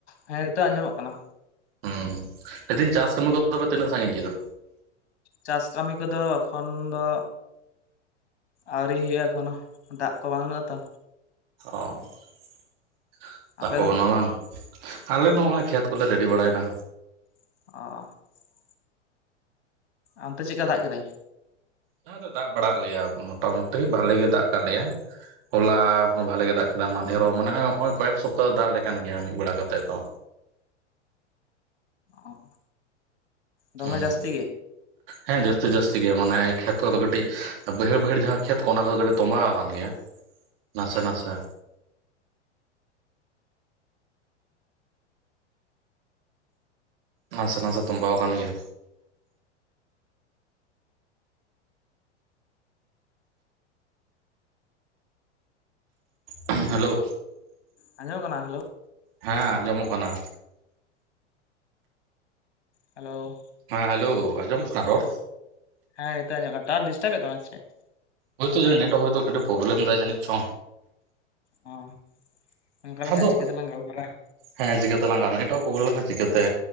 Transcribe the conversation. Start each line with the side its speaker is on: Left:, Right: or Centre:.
Left: ᱦᱮᱸ ᱱᱤᱛᱳᱜ ᱟᱸᱡᱚᱢᱚᱜ ᱠᱟᱱᱟ᱾
Right: ᱦᱩᱸ ᱞᱟᱹᱭᱫᱟᱹᱧ ᱪᱟᱥ ᱠᱟᱹᱢᱤ ᱠᱚ ᱫᱚ ᱛᱚᱵᱮ ᱛᱤᱱᱟᱹᱜ ᱥᱟᱹᱜᱤᱸᱧ ᱠᱮᱫᱟ?
Left: ᱪᱟᱥ ᱠᱟᱹᱢᱤ ᱠᱚᱫᱚ ᱮᱠᱷᱚᱱ ᱫᱚ ᱟᱹᱣᱨᱤ ᱦᱩᱭᱩᱜᱼᱟ ᱮᱠᱷᱚᱱᱚ ᱫᱟᱜ ᱠᱚ ᱵᱟᱹᱱᱩᱜ ᱟᱛᱚ
Right: ᱚ <unintelligible>
Left: ᱟᱯᱮ ᱫᱚ
Right: ᱟᱞᱮ ᱫᱚ ᱦᱚᱸᱜᱻᱚᱭ ᱠᱷᱮᱛ ᱠᱚᱞᱮ ᱨᱮᱰᱤ ᱵᱟᱲᱟᱭᱮᱫᱟ᱾
Left: ᱚ ᱟᱱᱛᱮ ᱪᱮᱫ ᱠᱟ ᱫᱟᱜ ᱠᱮᱫᱟᱭ᱾
Right: ᱫᱟᱜ ᱫᱚ ᱫᱟᱜ ᱵᱟᱲᱟᱜ ᱞᱮᱭᱟ ᱢᱚᱴᱟᱢᱩᱴᱤ ᱵᱷᱟᱞᱤ ᱜᱮ ᱫᱟᱜ ᱠᱟᱜ ᱞᱮᱭᱟᱭ᱾ ᱦᱚᱞᱟ ᱦᱚᱸ ᱵᱷᱟᱞᱮ ᱜᱮ ᱫᱟᱜ ᱠᱮᱫᱟ ᱢᱟᱸᱫᱷᱮᱨ ᱦᱚᱸ <unintelligible> ᱦᱚᱜᱻᱚᱭ ᱠᱚᱭᱮᱠ ᱥᱚᱯᱛᱟ ᱫᱟᱜ ᱟᱞᱮ ᱠᱟᱱ ᱜᱮᱭᱟ ᱢᱤᱫ ᱵᱮᱲᱟ ᱠᱟᱛᱮ ᱫᱚ᱾
Left: ᱚᱸ ᱫᱚᱢᱮ
Right: ᱦᱩᱸ
Left: ᱡᱟᱹᱥᱛᱤ ᱜᱮ
Right: ᱦᱮᱸ ᱡᱟᱹᱥᱛᱤ ᱡᱟᱹᱥᱛᱤ ᱜᱮ ᱢᱟᱱᱮ ᱠᱷᱮᱛ ᱠᱚᱫᱚ ᱠᱟᱹᱴᱤᱡ ᱵᱟᱹᱭᱦᱟᱹᱲ ᱵᱟᱹᱭᱦᱟᱹᱲ ᱡᱟᱦᱟ ᱠᱷᱮᱛ ᱠᱚ ᱚᱱᱟ ᱠᱚ ᱠᱟᱹᱴᱤᱡ ᱛᱚᱸᱵᱟᱣ ᱟᱠᱟᱱ ᱜᱮᱭᱟ᱾ ᱱᱟᱥᱮ ᱱᱟᱥᱮ
Left: <inaudible>
Right: ᱱᱟᱥᱮ ᱱᱟᱥᱮ ᱛᱚᱸᱵᱟᱣ ᱟᱠᱟᱱ ᱜᱮᱭᱟ <unintelligible> ᱦᱮᱞᱳ
Left: ᱟᱸᱡᱚᱢᱚᱜ ᱠᱟᱱᱟ ᱦᱮᱞᱳ
Right: ᱦᱮᱸ ᱟᱸᱡᱚᱢᱚᱜ ᱠᱟᱱᱟ᱾
Left: ᱦᱮᱞᱳ
Right: ᱦᱮᱸ ᱦᱮᱞᱳ ᱟᱸᱡᱚᱢᱚᱜ ᱠᱟᱱᱟ ᱨᱚᱲ
Left: ᱦᱮᱸ ᱱᱤᱛᱚᱜ ᱟᱸᱡᱚᱢᱚᱜ ᱠᱟᱱᱟ ᱴᱟᱶᱟᱨ ᱰᱤᱥᱴᱟᱵ ᱮᱫ ᱛᱟᱢᱟ ᱥᱮ ᱪᱮᱫ?
Right: ᱦᱳᱭᱛᱳ ᱡᱟᱹᱱᱤᱡ ᱱᱮᱴᱣᱟᱨᱠ ᱦᱳᱭ ᱛᱚ ᱠᱟᱹᱴᱤᱡ ᱯᱚᱵᱞᱮᱢ ᱫᱟᱭ ᱡᱟᱹᱱᱤᱡ ᱪᱚ
Left: ᱚ ᱚᱱᱠᱟ ᱞᱮᱠᱷᱟᱡ
Right: ᱟᱫᱚ
Left: ᱪᱤᱠᱟᱹᱛᱮᱞᱟᱝ ᱜᱟᱞᱢᱟᱨᱟᱜᱼᱟ
Right: ᱦᱮᱸ ᱪᱤᱠᱟᱹ ᱛᱮᱞᱟᱝ <unintelligible> ᱱᱮᱴᱣᱟᱨᱠ ᱯᱚᱵᱞᱮᱢ ᱞᱮᱱᱠᱷᱟᱱ ᱪᱤᱠᱟᱹ ᱛᱮ